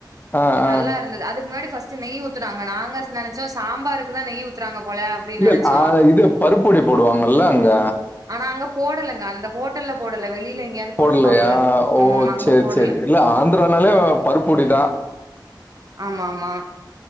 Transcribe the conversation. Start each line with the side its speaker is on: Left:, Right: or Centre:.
Left: ஆ ஆ
Right: நல்லா இருந்தது அதுக்கு முன்னாடி ஃபஸ் நெய் ஊத்துனாங்க நாங்க நெனச்சோ சாம்பாருக்குதா நெய் ஊத்துறாங்க போல அப்டின்னு
Left: இல்ல
Right: நெனச்சோ
Left: இல்ல, ஆ இது பருப்பொடி போடுவாங்கல்ல அங்க
Right: ஆனா அங்க போடலங்க அந்த ஹோட்டல்ல போடல வெளில எங்கேயாவது போட்டுருப்பாங்களா
Left: போடலையா
Right: இருக்கு
Left: ஓ
Right: ம் அங்க
Left: செரி
Right: போடல
Left: செரி இல்ல ஆந்திரானாலே பருப்பொடிதா
Right: ஆமா ஆமா